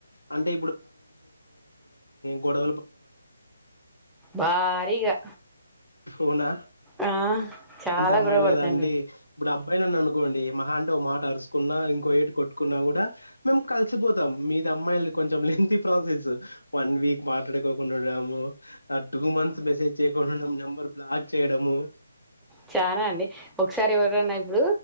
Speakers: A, on the left (about 85°); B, in the centre.
A: అంటే గొడ
B: భారీగా
A: వునా
B: ఆ చాలా
A: అంటే అమ్మాయిలు
B: గొడవ పడతాండి
A: కదా అండి ఇప్పుడు అబ్బాయిని నన్ను అనుకోండి మహా అంటే ఓ మాట అరుచకున్నా ఇంకో ఏటు కొట్టుకున్నా కూడా మేము కలిసిపోతాం మీది అమ్మాయిలు కొంచెం లెంతీ ప్రాసెస్ వన్ వీక్ మాట్లాడుకోకుండా ఉండడము ఆ టూ మంత్స్ మెసేజ్ చేయకుండా నంబర్ బ్లాక్ చేయడము
B: చనా అండి ఒకసారి ఎవరన్నా ఇప్పుడు